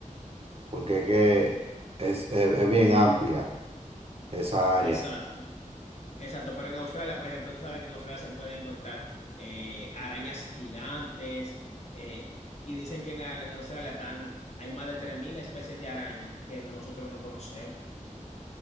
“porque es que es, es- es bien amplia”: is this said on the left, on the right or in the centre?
Right